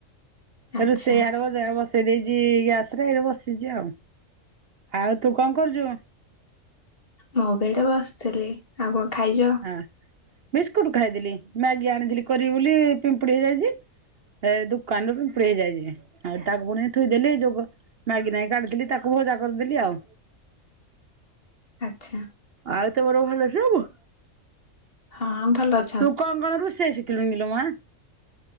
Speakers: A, on the left; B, on the right.
A: ଆଚ୍ଛା
B: ଆ ରୋଷେଇଆଡ ବ ସେ ବସେଇ ଦେଇଛି ଗ୍ୟାସ ରେ ଏଇ ବସିଛି ଆଉ ଆଉ ତୁ କଣ କରୁଚୁ।
A: ମୁଁ ବି ଏଠି ବସିଥିଲି ଆଉ କଣ ଖାଇଚ।
B: ହଁ ବିସ୍କୁଟ ଖାଇଦେଲି ମ୍ୟାଗି ଆଣିଥିଲି କରିବି ବୋଲି ପିମ୍ପୁଡ଼ି ହେଇଯାଇଚି। ଏ ଦୋକାନରୁ ପୁମ୍ପଡ଼ି ହେଯାଇଚି ଆଉ ତାକୁ ପୁଣି ଥୋଇ ଦେଲି ଯୋଉ କ ମାଗି ନାଗି କାଟିଥିଲି ତାକୁ ଭଜା କରିଦେଲି ଆଉ।
A: ଆଚ୍ଛା।
B: ଆଉ ତ ବର ଭଲ ସବୁ।
A: ହଁ ଭଲ ଅ
B: ତୁ କଣ କଣ ରୋଷେଇ ଶିଖିଲୁଣି କିଲୋ ମା।